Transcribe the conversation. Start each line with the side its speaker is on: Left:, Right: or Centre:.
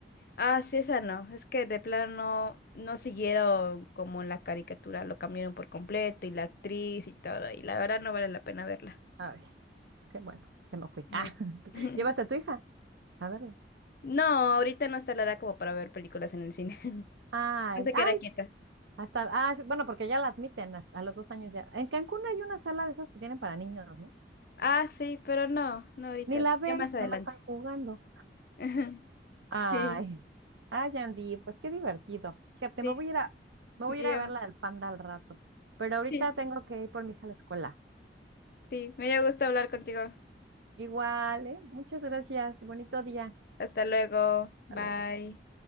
Left: Ah, sí, esa no. Es que de plano no, no siguieron como en la caricatura, lo cambiaron por completo y la actriz y todo, y la verdad no vale la pena verla.
Right: Ay, qué bueno que no fui.
Left: Sí.
Right: <laughs> Ah,
Left: <laughs>
Right: ¿llevaste a tu hija a verla?
Left: No, ahorita no está la edad como para ver películas en el cine. <laughs>
Right: Ah,
Left: No se
Right: ay,
Left: queda quieta.
Right: hasta, ah, sí, bueno, porque ya la admiten hasta- a los dos años ya. En Cancún hay una sala de esas que tienen para niños, ¿no?
Left: Ah, sí, pero no, no ahorita,
Right: Ni la
Left: no,
Right: ven,
Left: ya más adelante.
Right: nada más están jugando.
Left: <laughs> Sí,
Right: Ay, ay, Andy, pues qué divertido. Fíjate,
Left: sí,
Right: me voy a ir a, me voy
Left: me
Right: a
Left: dio,
Right: ir a ver la del panda al rato, pero ahorita
Left: <laughs> sí,
Right: tengo que ir por mi hija a la escuela.
Left: sí, me dio gusto hablar contigo.
Right: Igual, ¿eh? Muchas gracias y bonito día.
Left: Hasta luego.
Right: Hasta
Left: Bye.
Right: luego.